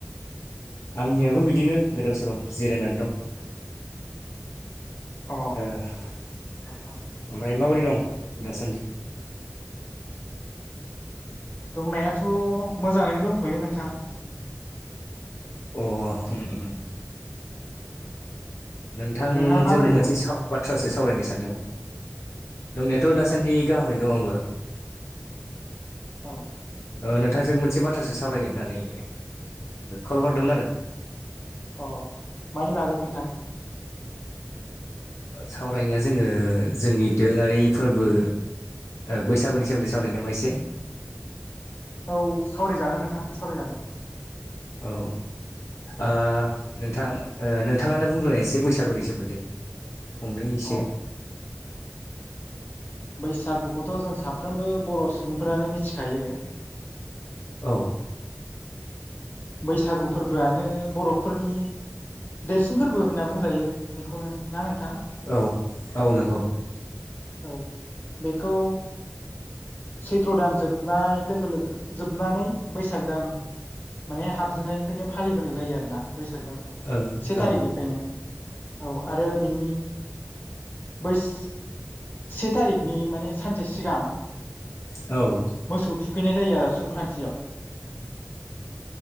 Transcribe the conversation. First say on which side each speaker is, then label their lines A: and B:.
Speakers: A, on the left; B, on the left.
A: आंनियाबो बिदिनो गोदाव सोराव जिरायनानै दं
B: अ औ
A: ओमफ्राय
B: औ
A: माबोरै दं दासान्दि
B: दंनायाथ' मोजाङैनो दंथ'यो नोंथां
A: अ नोंथांजों
B: नोंहा माबोरै
A: मोनसे
B: दं
A: साव बाथ्रासो सावरायनो सानदोंमोन दंनायाथ' दासान्दि गाहामैनो दं आंबो <inaudible>
B: औ
A: नोंथांजों मोनसे बाथ्रासो सावरायनो होननानै कल हरदोंमोन आरो
B: अ मानि बागै नोंथां
A: सावरायनाया जोङो जोंनि दोरोङारि फोरबो बैसागुनि सोमोन्दै सावरायनो नामा एसे
B: औ सावरायजागोन नोंथां सावरायजागोन
A: औ औ नोंथां नोंथाङानो बुंग्रोनाय एसे बैसागुनि सोमोन्दै फंनैसो
B: औ बैसागुखौथ' जों साफ्रोमबो बर' सुबुंफोरानो मिथिखायो
A: औ
B: बैसागु फोरबोआनो बर'फोरनि देरसिन फोरबो होनना बुंजायो बेखौनो ना नोंथां
A: औ औ नंगौ
B: औ बेखौ सैथ्र' दान जोबनाय लोगो लोगो जोबनानै बैसाग दान माने हाबजेननायनिफ्रायनो फालिबोनाय जायो आरो ना बैसाग दानखौ
A: ओं
B: से थारिखनिफ्रायनो
A: औ
B: औ आरो बिनि बैस से थारिखनि माने सानसे सिगां
A: औ
B: मोसौ थुखैनाय जायो आरो संक्रान्तिआव